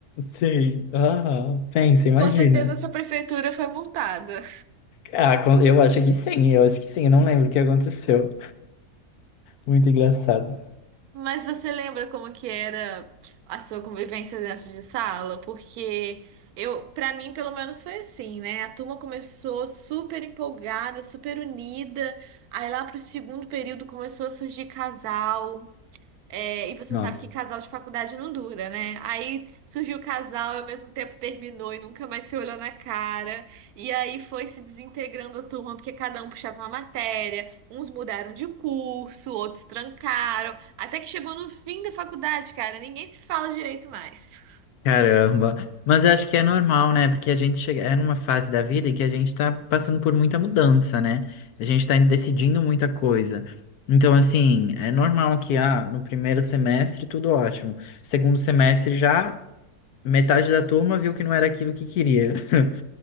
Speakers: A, on the left; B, on the right.
A: Sim. Ah, pensa, imagina.
B: Com certeza essa prefeitura foi multada.
A: Ah, con- eu acho que sim, eu acho que sim, eu não lembro o que aconteceu. Muito engraçado.
B: Mas você lembra como que era a sua convivência dentro de sala? Porque eu, para mim, pelo menos foi assim, né? A turma começou super empolgada, super unida. Aí lá pro segundo período começou a surgir casal. É, e você
A: Nossa.
B: sabe que casal de faculdade não dura, né? Aí surgiu o casal e ao mesmo tempo terminou e nunca mais se olhou na cara. E aí foi se desintegrando a turma, porque cada um puxava uma matéria, uns mudaram de curso, outros trancaram. Até que chegou no fim da faculdade, cara, ninguém se fala direito mais.
A: Caramba. Mas eu acho que é normal, né? Porque a gente chega é numa fase da vida em que a gente tá passando por muita mudança, né? A gente tá decidindo muita coisa. Então, assim, é normal que ah, no primeiro semestre tudo ótimo. Segundo semestre já metade da turma viu que não era aquilo que queria. <laughs>